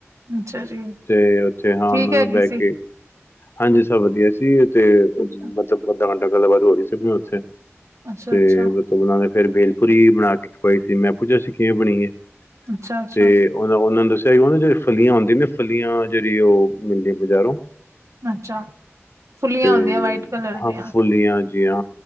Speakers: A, on the right (about 75°); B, on the left (about 55°).
A: ਅੱਛਾ ਜੀ,
B: ਤੇ ਉੱਥੇ ਹਾਂ
A: ਠੀਕ ਹੈਗੀ
B: ਬਹਿ
A: ਸੀ,
B: ਕੇ ਹਾਂਜੀ ਸਭ ਵਧੀਆ ਸੀ ਓ ਤੇ,
A: ਅੱਛਾ,
B: ਮਤਲਬ ਅੱਧਾ -ਘੰਟਾ ਗੱਲ ਬਾਤ ਹੋ ਰਈ ਸੀਗੀ ਓਥੇ।
A: ਅੱਛਾ-ਅੱਛਾ,
B: ਤੇ
A: ਅੱਛਾ-ਅੱਛਾ।
B: ਮਤਲਬ ਓਨਾਂ ਨੇ ਫੇਰ ਬੇਲਪੁਰੀ ਬਣਾ ਕੇ ਖਵਾਈ ਸੀ, ਮੈਂ ਪੁੱਛਿਆ ਸੀ ਕਿਵੇਂ ਬਣੀ ਏ।
A: ਅੱਛਾ, ਅੱਛਾ,
B: ਤੇ ਓ, ਓਨਾਂ ਨੂੰ ਦੱਸੇਆ ਸੀ ਓ ਨਾ ਜੇੜੀ ਫਲੀਆਂ ਹੁੰਦੀ ਨੇ ਫਲੀਆਂ ਜੇੜੀ ਓ ਮਿਲਦੀ ਨੇ ਬਜ਼ਾਰੋਂ
A: ਅੱਛਾ, ਫੁੱਲੀਆਂ
B: ਤੇ--ਹਾਂ
A: ਹੁੰਦੀਆਂ ਵਾਈਟ ਕਲਰ ਦੀਆਂ,
B: ਫਲੀਆਂ ਜੇਆ